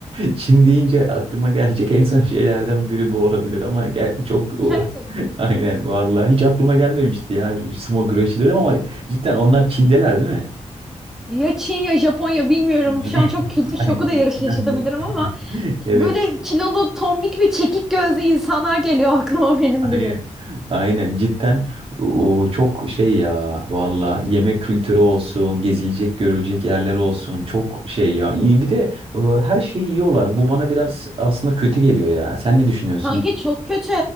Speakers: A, on the right; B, in the centre.
A: <laughs> Çin deyince aklıma gelecek en son şeylerden biri bu olabilir ama gel çok
B: <laughs> Gerçekten.
A: <laughs> aynen vallahi hiç aklıma gelmemişti ya sumo güreşçileri ama cidden onlar Çin'deler değil mi?
B: Ya Çin ya Japonya bilmiyorum.
A: <laughs>
B: Şu an çok kültür
A: Aynen
B: şoku
A: Çinden
B: da yarış yaşatabilirim
A: biri.
B: ama
A: <laughs> Evet.
B: böyle kilolu tombik ve çekik gözlü insanlar geliyor aklıma benim
A: Aynen.
B: direkt.
A: Aynen cidden o çok şey ya valla yemek kültürü olsun gezilecek görülecek yerler olsun çok şey ya İyi, bir de e, her şeyi yiyorlar bu bana biraz aslında kötü geliyor ya sen ne düşünüyorsun?
B: Kanki çok kötü.